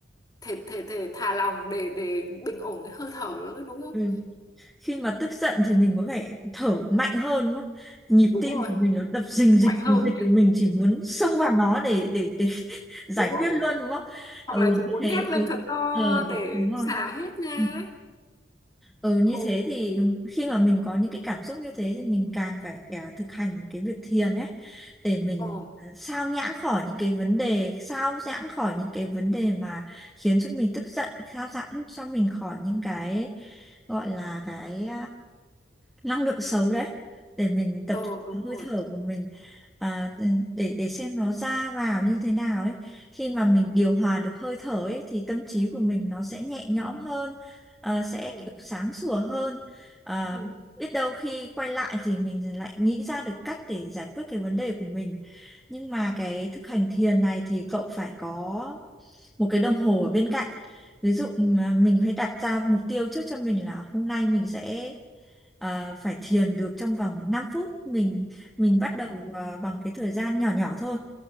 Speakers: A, on the left; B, in the centre.
A: thể thể thể thả lỏng để để bình ổn cái hơi thở nữa đúng không
B: ừ. khi mà tức giận thì mình có vẻ thở mạnh hơn đúng không? nhịp
A: đúng
B: tim
A: rồi
B: của mình nó đập rình rịch
A: mạnh
B: rình
A: hơn
B: rịch mình chỉ muốn xông vào nó để để để <laughs> giải
A: đúng rồi
B: quyết luôn đúng không
A: hoặc
B: ừ
A: là chỉ muốn
B: như thế
A: hét lên
B: ừ,
A: thật to
B: ờ,
A: để
B: đúng rồi
A: xả hết ra
B: Ừ.
A: ấy.
B: Ừ, như
A: ồ
B: thế thì ừ, khi mà mình có những cái cảm xúc như thế thì mình càng phải à, thực hành cái việc thiền ấy để mình
A: ồ
B: à, sao nhãng khỏi những cái vấn đề sao giãng khỏi những cái vấn đề mà khiến cho mình tức giận sao giãng cho mình khỏi những cái gọi là cái năng lượng xấu đấy để mình tập
A: ồ
B: trung
A: đúng
B: vào
A: rồi
B: hơi thở của mình à, ừ, để để xem nó ra vào như thế nào ấy khi mà mình điều hòa được hơi thở ấy thì tâm trí của mình nó sẽ nhẹ nhõm hơn à, sẽ
A: ừ
B: kiểu sáng sủa hơn à,
A: ừ
B: biết đâu khi quay lại thì mình lại nghĩ ra được cách để giải quyết cái vấn đề của mình nhưng mà cái thực hành thiền này thì cậu phải có một cái đồng hồ ở bên cạnh ví dụ mà mình phải đặt ra mục tiêu trước cho mình là hôm nay mình sẽ à, phải thiền được trong vòng năm phút mình mình bắt
A: ồ
B: đầu à, bằng cái thời gian nhỏ nhỏ thôi